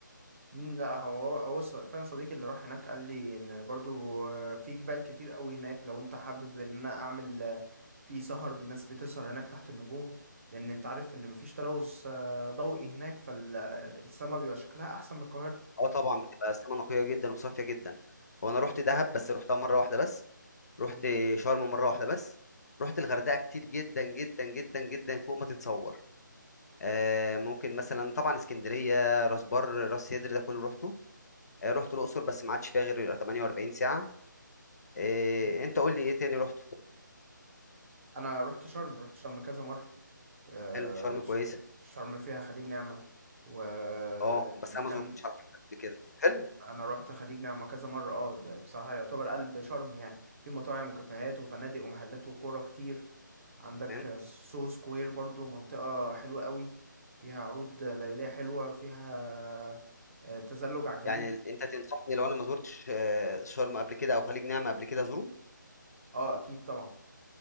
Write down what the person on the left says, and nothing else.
اه طبعا بتبقى السما نقيه جدا وصافيه جدا هو انا رحت دهب بس رحتها مره واحده بس رحت
شرم مره واحده بس رحت الغردقه كتير جدا جدا جدا جدا فوق ما تتصور آه، ممكن مثلا طبعا اسكندريه راس بر راس سدر ده كله روحته آه، رحت الاقصر بس ما عادش فيها غير 48 ساعه آه،
انت قول لي ايه تاني روحته
حلو شرم
كويسه
اه بس انا ما زرتوش على فكره قبل كده حلو
تمام
يعني انت تنصحني لو انا ما زرتش آه، شرم قبل كده او خليج نعمه قبل كده ازوره